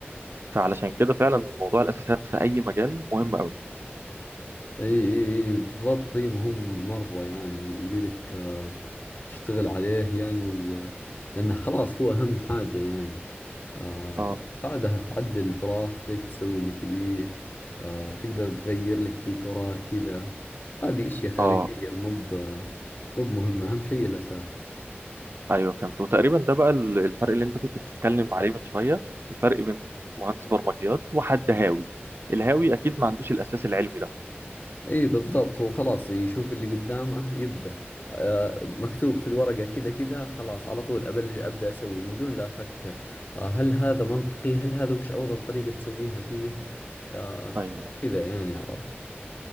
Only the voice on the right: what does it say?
فعلشان كده فعلا موضوع الاساسات في اي مجال مهم قوي
اه
اه
ايوه فهمت وتقريبا ده بقى ال- الفرق اللي انت كنت بتتكلم عليه من شويه الفرق بين مهندس برمجيات وحد هاوي الهاوي اكيد ما عندوش الاساس العلمي ده
ايوه